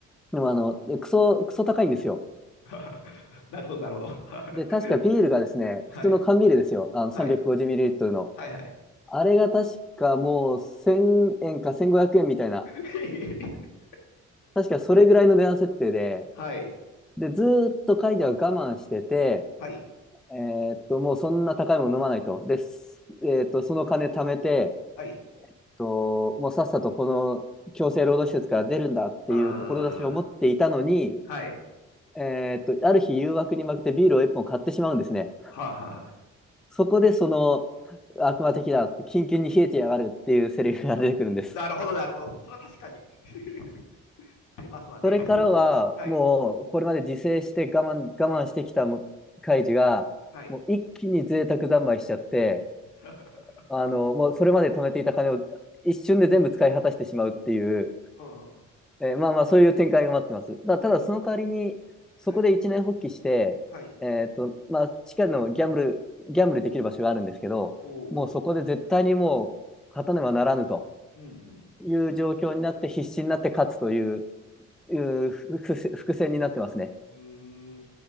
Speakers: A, in the centre; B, on the left (about 85°).
A: でもあの、クソ、クソ高いんですよ。
B: <laughs> なるほど、なるほど。
A: で、確かビールがですね、
B: <laughs> はい。
A: 普通の缶ビールですよ。あの、350ml
B: はい。
A: の。
B: はい、はい。
A: あれが確かもう1000円か1500円みたいな、
B: <laughs>
A: 確かそれぐらいの値段設定で、
B: はい。
A: で、ずーっとカイジは我慢してて、
B: はい。
A: えーっと、もうそんな高いもの飲まないと。で、すえーっと、その金貯めて、えっ
B: はい。
A: と、もうさっさとこの強制労働施設から出るんだっていう志を持っていたのに、
B: あーはい。
A: えーっと、ある日誘惑に負けてビールを1本買ってしまうんですね。
B: はあ、はあ。
A: そこでその、悪魔的だって、キンキンに冷えてやがるっていうセリフが出てくるんです。
B: なるほど、なるほど。それは確かに。<laughs> 出ますわね。
A: それからは、
B: はい。
A: もう、これまで自制して我慢、我慢してきたもカイジが、
B: はい。
A: もう一気に贅沢三昧しちゃって、
B: <laughs>
A: あの、もうそれまで貯めていた金を一瞬で全部使い果たしてしまうっていう、
B: うんうん
A: えーまあまあ、そういう展開が待ってます。だ、ただ、その代わりに、そこで一年発起して、
B: はい。はい。
A: えっと、まあ、地下のギャンブル、ギャンブルできる場所があるんですけど、
B: おお。
A: もうそこで絶対にもう、勝たねばならぬと
B: うんうん。
A: いう状況になって、必死になって勝つという、いう伏線伏線になってますね。
B: うーん。